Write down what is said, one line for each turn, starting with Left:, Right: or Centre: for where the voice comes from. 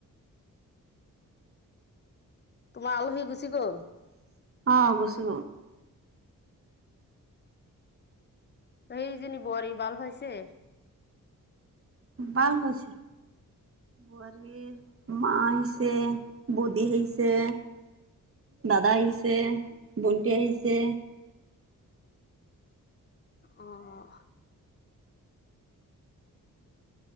Left: তোমাৰ আলহী গুচি গ'ল
Right: <unintelligible> অ গছু।
Left: সেইজনী বোৱাৰী বাল হৈছে।
Right: বাল হৈছে। বোৱাৰীৰ মা আহিছে, বদী আহিছে দাদা আহিছে, ভণ্টি আহিছে।
Left: অ অহ।